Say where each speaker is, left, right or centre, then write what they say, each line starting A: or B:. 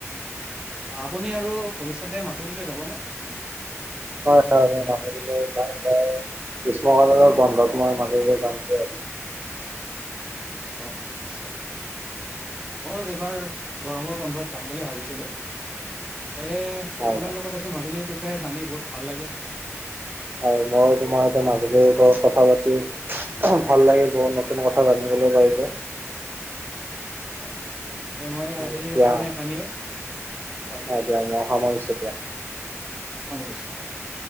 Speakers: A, on the right; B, on the right.
A: অ', আপুনি আৰু ভৱিষ্যতে মাজুলীলৈ যাবনে?
B: হয়, হয়। মই মাজুলীলৈ যাম বাৰু। গিষ্মকালীন বন্ধত মই মাজুললৈ যাম বুলি ভাবিছো।
A: অ', নিশ্চয়। ময়ো এবাৰ গৰমৰ বন্ধত যাম বুলি ভাবিছিলো, সেই
B: হয়
A: আপোনাৰ
B: হয়।
A: লগত আজি মাজুলীৰ বিষয়ে জানি বহুত ভাল লাগিল।
B: আৰু মই তোমাৰ এটা মাজুলীৰ ওপৰত কথা পাতি ভাল লাগিল বহুত নতুন কথা জানিবলৈ পাৰিলো।
A: হয়। মই
B: হয়
A: আজিৰকাৰণে
B: দিয়া,
A: এইখিনিয়ে বাই।
B: অ' দিয়া মই সামৰিছো দিয়া।
A: হব‌ <unintelligible> দিছো দে।